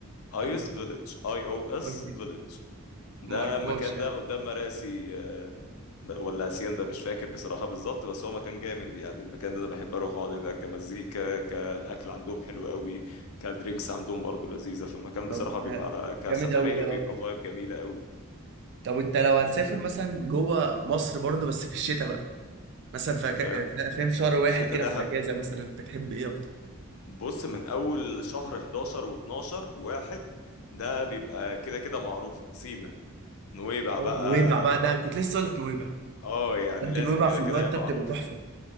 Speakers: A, on the left; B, on the right.
A: ايوس
B: لا ما
A: فيليج اي او اس
B: اعرفهاش دي
A: فيليج ده
B: ما اعرفهاش
A: المكان
B: يعني
A: ده قدام مراسي آه، ولا اسيان ده مش فاكر بصراحه بالظبط بس هو مكان جامد يعني المكان ده انا بحب اروح اقعد هناك كمزيكا كالاكل عندهم حلو قوي كالدرينكس عندهم برضو لذيذه فالمكان
B: طب
A: بصراحه بيبقى
B: ده
A: كسفريه
B: جامد قوي ده
A: بيبقى
B: اه
A: فايب جميله قوي
B: طب انت لو هتسافر مثلا جوه مصر برضه بس في الشتاء بقى مثلا فاك-
A: تمام
B: فا- فاهم شهر واحد
A: الشتاء
B: كده
A: ده
B: في الاجازه مثلا بتحب ايه اكتر
A: بص من اول شهر 11 و12 واحد ده بيبقى كده كده معروفه سينا نويبع
B: أو
A: بقى
B: نويبع بقى ده كنت لسه اقول لك نويبع
A: اه يعني
B: انت
A: لازم
B: نويبع
A: كده
B: في
A: كده
B: الوقت
A: يا
B: ده
A: معروف
B: بتبقى تحفه